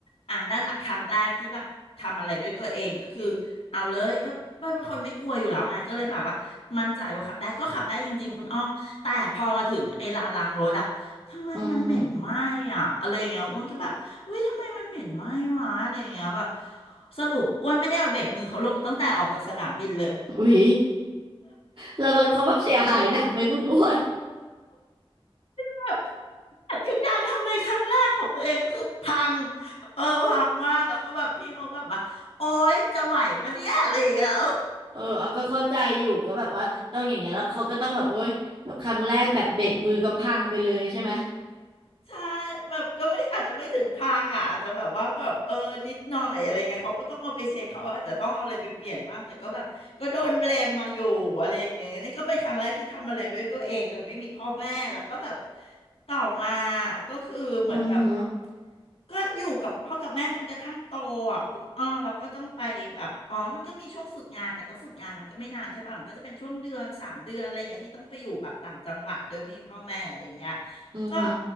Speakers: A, on the left; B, on the right.
A: อ่านั่นอะครั้งแรกที่แบบทำอะไรด้วยตัวเองก็คือเอาเลยก็ไม่เป็นคนไม่กลัวอยู่แล้วไงก็เลยแบบว่ามั่นใจว่าขับได้ก็ขับได้จริงๆคุณอ้อแต่พอมาถึงไอ้ลานล้างรถอ่ะ ทำไมมันเหม็นไหม้อ่ะอะไรอย่างเงี้ยอ้วนก็แบบอุ้ยทำไมมันเหม็นไหม้วะอะไรอย่างเงี้ยแบบ
B: อือฮึ
A: สรุปอ้วนไม่ได้เอาเบรกมือเขาลงตั้งแต่ออกจากสนามบินเลย
B: อุ๊ยแล้วรถเขาแบบเสียหายหนักไหมคุณอ้วน
A: แบบคือการทำอะไรครั้งแรกของตัวเองก็คือพังเออพังมากแล้วก็แบบพี่เขาแบบว่าโอ๊ยจะไหวปะเนี่ยอะไรอย่างเงี้ย
B: เออเอาก็เข้าใจอยู่ก็แบบว่าต้องอย่างเงี้ยแล้วเขาก็ต้องแบบโอ๊ยแบบครั้งแรกแบบเบรกมือก็พังไปเลยใช่ไหม
A: ใช่แบบก็ไม่อาจจะไม่ถึงพังอ่ะอาจจะแบบว่าแบบเออนิดหน่อยอะไรเงี้ยเขาก็ต้องเอาไปเช็คเขาอาจจะต้องเอาอะไรไปเปลี่ยนบ้างแต่ก็แบบก็โดนเบลมมาอยู่อะไรอย่างเงี้ยนี่ก็เป็นครั้งแรกที่ทำอะไรด้วยตัวเองโดยไม่มีพ่อแม่แล้วก็แบบต่อมาก็คือเหมือนแบบ
B: อือฮึ
A: ก็อยู่กับพ่อกับแม่จนกระทั่งโตอ่ะคุณอ้อแล้วก็ต้องไปแบบอ๋อมันก็มีช่วงฝึกงานแต่ก็ฝึกงานมันก็ไม่นานใช่ป่ะมันก็จะเป็นช่วงเดือนสามเดือนอะไรอย่างเงี้ยที่ต้องไปอยู่แบบต่างจังหวัดโดยไม่มีพ่อแม่อะไรอย่างเงี้ย
B: อือฮึ
A: ก็